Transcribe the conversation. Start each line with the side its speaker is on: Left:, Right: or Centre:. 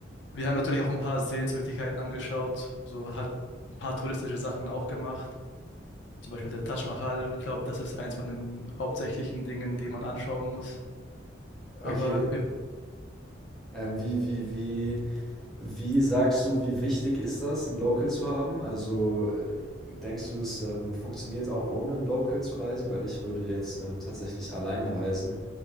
Left: wir haben natürlich auch ein paar Sehenswürdigkeiten angeschaut, so halt ein paar touristische Sachen auch gemacht. Zum Beispiel der Taj Mahal. Ich glaube, das ist eins von den hauptsächlichen Dingen, die man anschauen muss. Aber
Centre: Okay,
Left: wir,
Centre: ähm, wie, wie, wie Wie sagst du, wie wichtig ist das, ein Local zu haben? Also, äh, denkst du, es, ähm, funktioniert auch ohne ein Local zu reisen? Weil ich würde jetzt, ähm, tatsächlich alleine reisen.